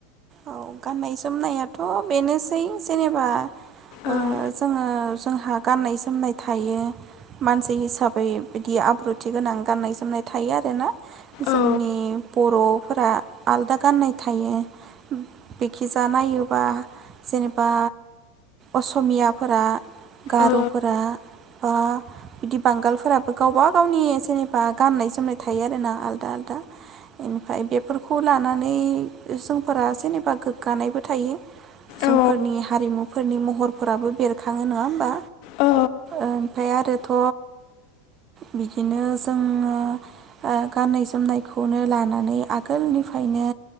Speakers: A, on the right; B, on the left.
A: औ गाननाय जोमनायाथ बेनोसै जेनेबा
B: ओं
A: ओ जोङो जोंहा गाननाय जोमनाय थायो मानसि हिसाबै बिदि आब्रुथि गोनां गाननाय जोमनाय थायो आरोना जोंनि
B: औ
A: बरफोरा आलदा गाननाय थायो। बेखिजा नायोबा जेनेबा असमियाफोरा गारफोरा
B: औ
A: बा बिदि बांगालफोराबो गावबा गावनि जेनेबा गाननाय जोमनाय थायो आरोना आल दा ओनफाय बे फोरखौ लानानै जों फोरा जेनेबा गोग्गानायबो थायो। जोंफोरनि
B: औ
A: हारिमुफोरनि महर राबो बेरखाङो नङा होमबा
B: औ
A: ओमफाय आरो थ बिदिनो जोङो ओ गाननाय जोमनायखौनो लानानै आगोलनिफ्रायनो